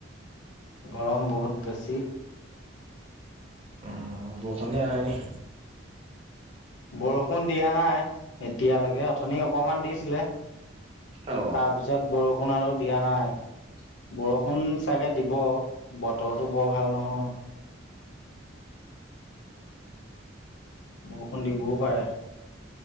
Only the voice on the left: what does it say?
গৰম বহুত বেছি।
বৰষুণ দিয়া নাই। এতিয়ালৈকে অথনি অকমান দিছিলে।
তাৰপিছত বৰ ষুণ আৰু দিয়া নাই। বৰষুণ চাগে দিব বতৰটো বৰ ভাল নহয়। বৰষুণ দিবও পাৰে।